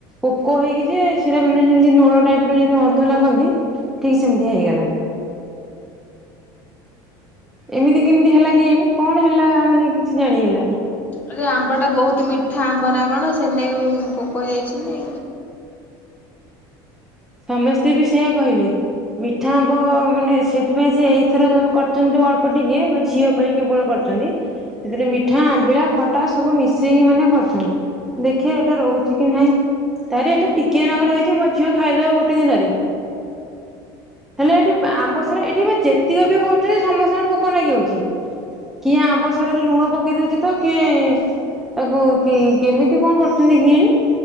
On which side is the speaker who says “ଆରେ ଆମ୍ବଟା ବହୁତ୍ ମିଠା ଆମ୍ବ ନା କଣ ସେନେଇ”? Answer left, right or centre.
Left